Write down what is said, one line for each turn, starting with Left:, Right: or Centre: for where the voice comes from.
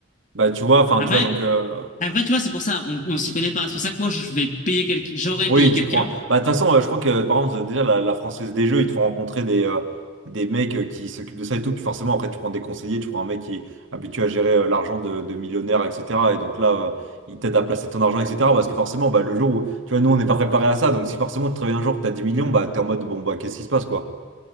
Right: Bah tu vois, enfin
Left: Après,
Right: tu vois donc. euh,
Left: après, tu vois, c'est pour ça, on, on s'y connaît pas. C'est pour ça que moi, je vais payer quelqu'un, j'aurais
Right: Oui,
Left: payé quelqu'un.
Right: tu prends. Bah de toute façon, euh, je crois que par exemple, euh, déjà la, la Française des Jeux, ils te font rencontrer des, euh, des mecs euh, qui s'occupent de ça et tout. Puis forcément, après tu prends des conseillers, tu prends un mec qui est habitué à gérer euh, l'argent de, de millionnaires, etc. Et donc là, euh, il t'aide à placer ton argent, etc. Parce que forcément, bah, le jour où. Tu vois, nous on n'est pas préparé à ça. Donc si forcément tu te réveilles un jour que t'as 10 millions, bah t'es en mode bon, bah qu'est-ce qui se passe quoi?